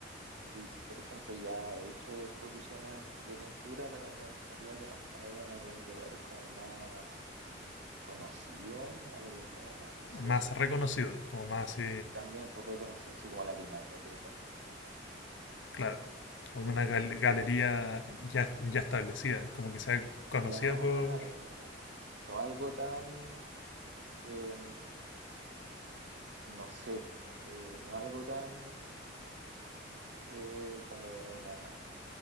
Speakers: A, on the right; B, on the left.
A: y, por ejemplo, ya he hecho exposiciones de pintura, pero me gustaría como exponer en algún lugar como más conocido, algo como más, no sé,
B: más
A: pues,
B: reconocido,
A: por ejemplo
B: como más así,
A: también por reconocido, así como la Pinacoteca, por ejemplo.
B: claro, como
A: Eh,
B: una gal- galería ya, ya establecida, como que sea conocida
A: claro,
B: por...
A: po. no algo tan, eh, no sé, po, eh, no algo tan eh, como una,